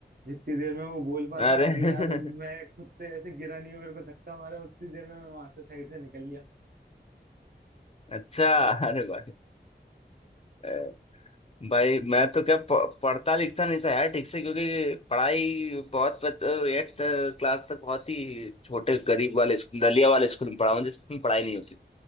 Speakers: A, on the right; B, on the left.
A: जितनी देर में वो बोल पाता
B: अरे <laughs>
A: कि यार मैं खुद से ऐसे गिरा नहीं हूँ मेरे को धक्का मारा उतनी देर में मैं वहां से साइड से निकल लिया
B: अच्छा अरे भाई अ, भाई मैं तो क्या प- पढ़ता लिखता नहीं था यार ठीक से क्योंकि पढ़ाई बहुत एट क्लास तक बहुत ही छोटे गरीब वाले स्कूल दलिया वाले स्कूल में पढ़ा हूँ जिसमें पढ़ाई नहीं होती